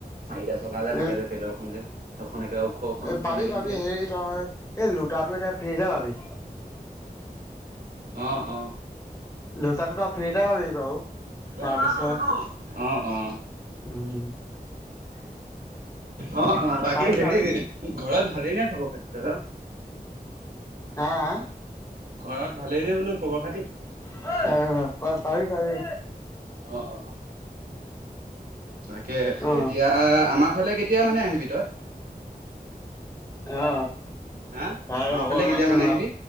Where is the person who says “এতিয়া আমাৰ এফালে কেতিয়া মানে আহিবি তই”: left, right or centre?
Right